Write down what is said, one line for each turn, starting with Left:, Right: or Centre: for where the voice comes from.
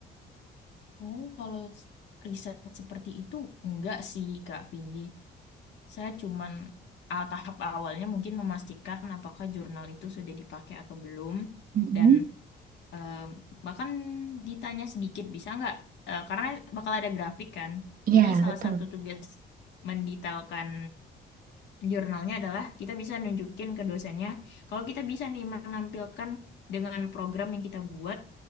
Left: Oh, kalau s- riset seperti itu enggak sih Kak Vindi. Saya cuman ah, tahap awalnya mungkin memastikan apakah jurnal itu sudah dipakai atau belum.
Right: Mm-mm.
Left: Dan Eh, bahkan ditanya sedikit bisa nggak? Eh, karena bakal ada grafik kan.
Right: Iya,
Left: Jadi salah
Right: betul.
Left: satu tugas mendetailkan jurnalnya adalah kita bisa nunjukin ke dosennya kalau kita bisa nih menampilkan dengan program yang kita buat,